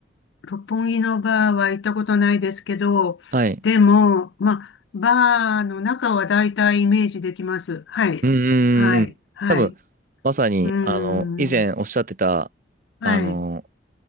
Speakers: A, on the left; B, on the right.
A: 六本木のバーは行ったことないですけど、
B: はい。
A: でも、まあ、バーの中は大体イメージできます。はい。
B: うんう
A: はい。
B: んうんうん。
A: はい。
B: 多分、
A: う
B: まさに、
A: ーん。
B: あの、以前おっしゃってた、
A: はい。
B: あの、